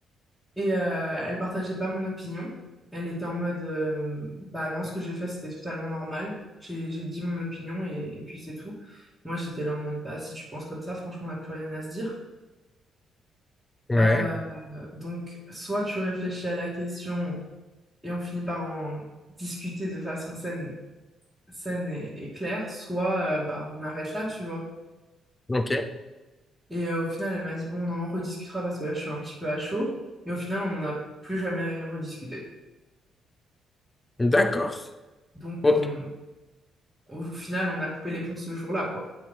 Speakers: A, in the centre; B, on the left.
A: Et euh, elle partageait pas mon opinion. Elle était en mode, euh, bah non, ce que j'ai fait, c'était totalement normal. J'ai, j'ai dit mon opinion et, et puis c'est tout. Moi, j'étais là en mode, bah si tu penses comme ça, franchement, on n'a plus rien à se dire.
B: Ouais.
A: Euh, donc, soit tu réfléchis à la question et on finit par en discuter de façon saine, saine et, et claire, soit euh, bah on arrête là, tu vois.
B: Ok.
A: Et euh, au final, elle m'a dit, bon, on en rediscutera parce que là, je suis un petit peu à chaud. Et au final, on n'en a plus jamais rediscuté.
B: D'accord.
A: Donc,
B: Ok.
A: on, Au final, on a coupé les ponts ce jour-là, quoi.